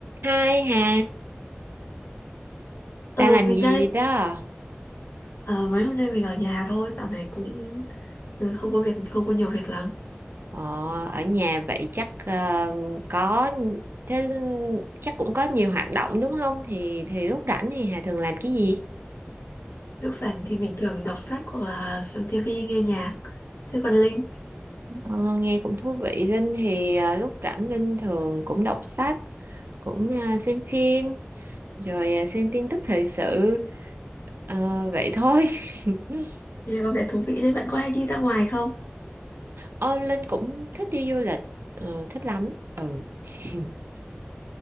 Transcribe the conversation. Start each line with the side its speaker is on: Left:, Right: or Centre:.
Right: Hai Hà, đang
Left: Ờ
Right: làm
Left: mình
Right: gì
Left: đang
Right: đó?
Left: ờ, mấy hôm nay mình ở nhà thôi, dạo này cũng ừ, không có việc, không có nhiều việc lắm.
Right: Ờ, ở nhà vậy chắc ờ, có thế chắc cũng có nhiều hoạt động đúng không? Thì thì lúc rảnh thì Hà thường làm cái gì?
Left: Lúc rảnh thì mình thường đọc sách hoặc là xem tivi, nghe nhạc. Thế còn Linh,
Right: Ờ, nghe cũng thú vị. Linh thì ờ, lúc rảnh Linh thường cũng đọc sách, cũng ờ, xem phim, rồi ờ, xem tin tức thời sự. Ờ, vậy thôi. <laughs>
Left: nghe có vẻ thú vị đấy, bạn có hay đi ra ngoài không?
Right: Ờ, Linh cũng thích đi du lịch, Ờ, thích lắm. Ừ. <laughs>